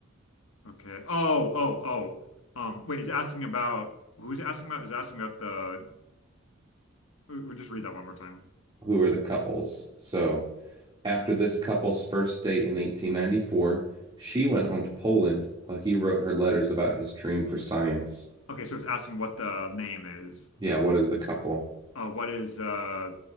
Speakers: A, on the left; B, on the right.
A: okay. Oh, oh, oh. Um, wait, is it asking about who's it asking about? Is it asking about the we'll just read that one more time.
B: Who are the couples? So, after this couple's first date in 1894, she went home to Poland while he wrote her letters about his dream for science.
A: Okay, so it's asking what the name is.
B: Yeah, what is the couple?
A: Uh, what is uh